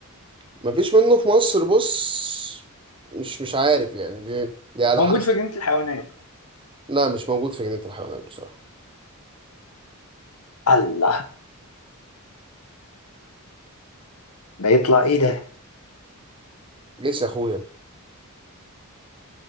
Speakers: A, on the right (about 25°); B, on the left (about 85°).
A: مفيش منه في مصر بص مش مش عارف يعني دي دي على
B: موجود
A: حسب
B: في جنينة الحيوانات
A: لا مش موجود في جنينة الحيوانات بصراحة
B: الله ده يطلع إيه ده
A: جيس يا اخويا